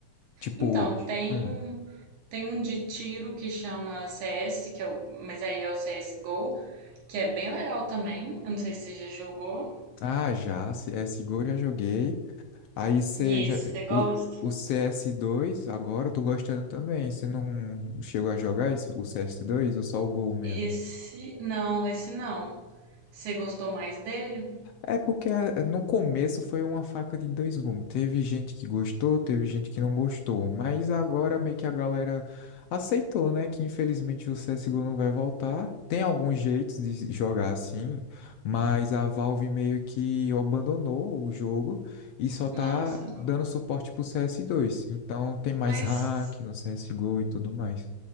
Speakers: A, on the left; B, on the right.
A: Tipo.
B: Então, tem,
A: hum,
B: tem um de tiro que chama CS, que é o, mas aí é o CSGO, que é bem legal também. Eu não sei se você já jogou.
A: Ah, já, CSGO já joguei. Aí seja
B: E esse
A: já.
B: você gosta?
A: O, o CS2, agora eu tô gostando também. Você não chegou a jogar isso, o CS2 ou só o Gol mesmo?
B: Esse, não, esse não. Você gostou mais dele?
A: É porque ah, no começo foi uma faca de dois gumes. Teve gente que gostou, teve gente que não gostou. Mas agora meio que a galera aceitou, né? Que infelizmente o CSGO não vai voltar. Tem alguns jeitos de jogar assim, mas a Valve meio que abandonou o jogo e só tá
B: Nossa,
A: dando suporte pro CS2. Então tem mais
B: mas,
A: hack no CSGO e tudo mais.